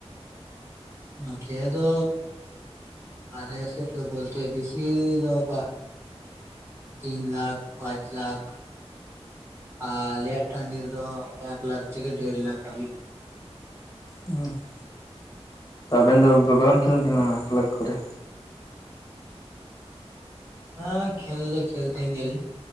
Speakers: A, on the right; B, on the left.
A: ᱱᱚᱛᱮ ᱫᱚ ᱟᱞᱮ ᱥᱮᱫ ᱫᱚ ᱵᱚᱞᱛᱮ ᱵᱮᱥᱤ ᱫᱚ <inaudible> ᱛᱤᱱ ᱞᱟᱠᱷ ᱯᱟᱸᱪ ᱞᱟᱠᱷ ᱟᱞᱮᱭᱟᱜ ᱴᱟᱺᱰᱤ ᱨᱮᱫᱚ ᱮᱠ ᱞᱟᱠᱷ ᱛᱷᱮᱠᱮ ᱫᱮᱹᱲ ᱞᱟᱠᱷ ᱦᱟᱹᱵᱤᱡ ᱜᱮ᱾
B: ᱚᱸ <inaudible> ᱛᱚ ᱟᱵᱮᱱ ᱫᱚ ᱵᱟᱵᱮᱱ ᱠᱷᱮᱞ ᱛᱟᱦᱮᱱᱟ ᱚᱱᱟ ᱠᱞᱟᱠ ᱠᱚᱨᱮ
A: ᱦᱮᱸ ᱠᱷᱮᱹᱞ ᱫᱚ ᱠᱷᱹᱮᱞ ᱛᱟᱦᱮᱱ ᱜᱮᱭᱟᱞᱤᱧ